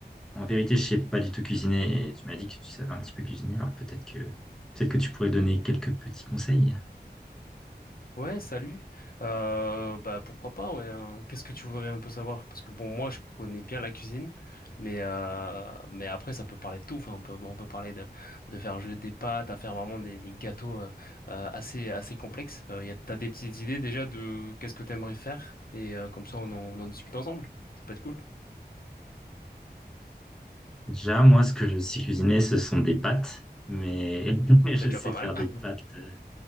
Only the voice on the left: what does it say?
Ouais, salut. Euh, bah pourquoi pas, ouais. hein. Qu'est-ce que tu voudrais un peu savoir? Parce que bon, moi je connais bien la cuisine, mais euh, mais après ça peut parler de tout. Enfin, on peut on peut parler de de faire juste des pâtes, à faire vraiment des, des gâteaux euh, euh, assez assez complexes. Euh, y a, t'as des petites idées déjà de qu'est-ce que t'aimerais faire et euh, comme ça on en, on en discute ensemble. Ça peut être cool.
C'est déjà
pas
mal. <laughs>